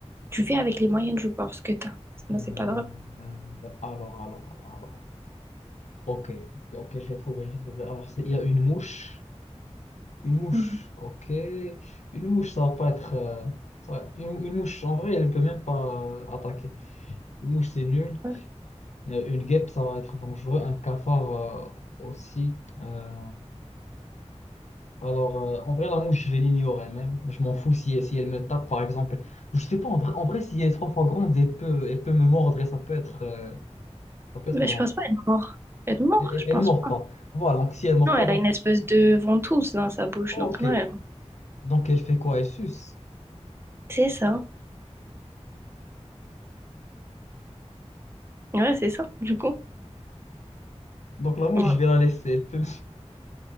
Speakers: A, on the right (about 20°); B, on the left (about 75°).
A: Tu fais avec les moyens du bord ce que t'as. Sinon,
B: Euh,
A: c'est pas drôle.
B: euh, alors, alors, alors, alors. Ok, ok, je vais trouver, je vais trouver. Alors, c'est- il y a une mouche. Une mouche,
A: Mhm.
B: ok. Une mouche, ça va pas être. euh, ça va- Une, une mouche, en vrai, elle ne peut même pas euh, attaquer. Une mouche, c'est nul.
A: Ouais.
B: Euh, Une guêpe, ça va être dangereux. Un cafard euh, aussi. Euh, alors, euh, en vrai, la mouche, je vais l'ignorer même. Je m'en fous si, si elle me tape, par exemple. Je sais pas, en vrai, en vrai, si elle est trois fois grande, elle peut, elle peut me mordre et ça peut être, euh, ça peut être
A: Ben,
B: dangereux.
A: je pense pas être mort. Être mort,
B: Elle,
A: je
B: elle-
A: pense
B: ne mord
A: pas.
B: pas. Voilà, donc si elle ne mord
A: Non,
B: pas,
A: elle
B: donc...
A: a une espèce de ventouse dans sa bouche,
B: Ok.
A: donc non, elle
B: Donc, elle fait quoi? Elle suce.
A: C'est ça. Ouais, c'est ça, du coup.
B: Donc, la mouche,
A: Voilà.
B: je vais la laisser. Elle peut-